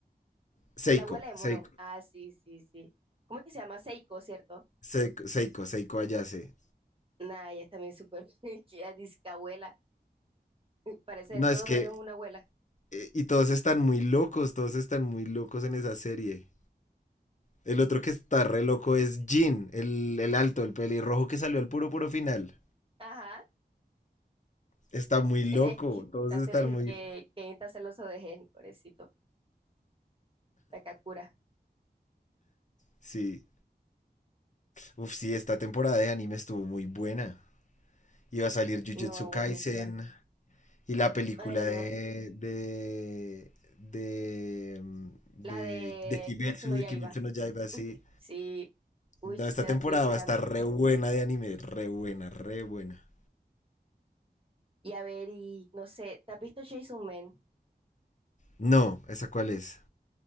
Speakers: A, on the left; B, on the right.
A: Seiko,
B: La abuela de mono.
A: Seiko,
B: Ah, sí, sí, sí. ¿Cómo es que se llama? Seiko, ¿cierto?
A: Seiko, Seiko, Seiko Ayase.
B: Nah, ella también súper <laughs> fingida, disque abuela. Parece
A: No,
B: de todo
A: es que.
B: menos una abuela.
A: eh, Y todos están muy locos, todos están muy locos en esa serie. El otro que está re loco es Jin, el, el alto, el pelirrojo que salió al puro puro final.
B: Ajá.
A: Está muy loco,
B: Es que
A: todos
B: está,
A: están
B: cel- es
A: muy...
B: que, que está celoso de él, pobrecito. Takakura.
A: Sí. Uf, sí, esta temporada de anime estuvo muy buena. Iba a salir Jujutsu
B: No,
A: Kaisen
B: buenísima.
A: y la película
B: Ay, no.
A: de... de... de... mm, de,
B: La de
A: de Kimetsu,
B: Kimetsu no Yaiba.
A: de Kimetsu no Yaiba, sí.
B: Sí. Uy,
A: No,
B: sí,
A: esta
B: se
A: temporada
B: la estoy esperando.
A: va a estar re buena de anime, re buena, re buena.
B: Y a ver, y no sé, ¿te has visto Jason Man?
A: No, ¿esa cuál es?